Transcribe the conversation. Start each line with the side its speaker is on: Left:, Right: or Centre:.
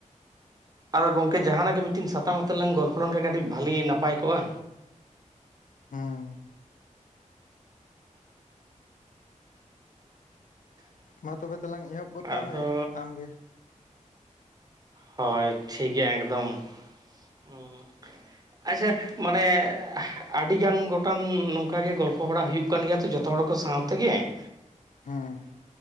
Right: ᱟᱫᱚ ᱜᱚᱝᱠᱮ ᱡᱟᱦᱟᱱᱟᱜ ᱜᱮ ᱢᱤᱫᱴᱮᱱ ᱥᱟᱛᱟᱢ ᱟᱛᱮᱫ ᱞᱟᱝ ᱜᱚᱞᱯᱚ ᱞᱮᱱᱠᱷᱟᱱ ᱠᱟᱹᱴᱤᱡ ᱵᱷᱟᱞᱤ ᱱᱟᱯᱟᱭ ᱠᱚᱜᱼᱟ᱾
Left: ᱦᱮᱸ ᱢᱟ ᱛᱚᱵᱮ ᱛᱟᱞᱟᱝ ᱮᱦᱚᱵ ᱜᱚᱫ ᱠᱟᱜ
Right: ᱟᱫᱚ
Left: ᱢᱮ ᱟᱢᱜᱮ᱾
Right: ᱦᱳᱭ ᱴᱷᱤᱠ ᱜᱮᱭᱟ ᱮᱠᱫᱚᱢ ᱩᱸ ᱟᱪᱪᱷᱟ ᱢᱟᱱᱮ ᱟᱹᱰᱤᱜᱟᱱ ᱜᱚᱴᱟᱝ ᱱᱚᱝᱠᱟ ᱜᱮ ᱜᱚᱞᱯᱚ ᱵᱟᱲᱟ ᱦᱩᱭᱩᱜ ᱠᱟᱱ ᱜᱮᱭᱟ ᱛᱚ ᱡᱚᱛᱚ ᱦᱚᱲ ᱠᱚ ᱥᱟᱶᱛᱮᱜᱮ,
Left: ᱦᱮᱸ